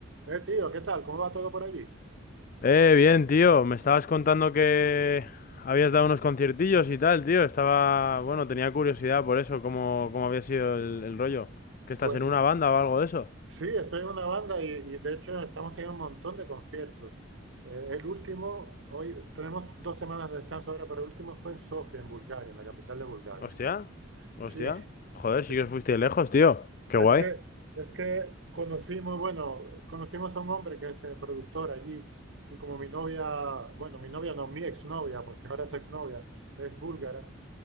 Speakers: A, on the right; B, on the left.
A: Eh, tío, ¿qué tal? ¿Cómo va todo por allí?
B: Eh, bien, tío. Me estabas contando que habías dado unos conciertillos y tal, tío. Estaba, bueno, tenía curiosidad por eso, cómo, cómo había sido el, el rollo. ¿Que estás
A: Pues
B: en una banda o algo de eso?
A: sí, estoy en una banda y, y de hecho estamos teniendo un montón de conciertos. Eh, el último, hoy tenemos dos semanas de descanso ahora, pero el último fue en Sofía, en Bulgaria, en la capital de Bulgaria.
B: Hostia,
A: Sí,
B: hostia. Joder,
A: sí.
B: sí que os fuiste lejos, tío. Qué
A: Es
B: guay.
A: que, es que conocimos, bueno, conocimos a un hombre que es eh, productor allí y como mi novia, bueno, mi novia no, mi exnovia, porque ahora es exnovia, es búlgara,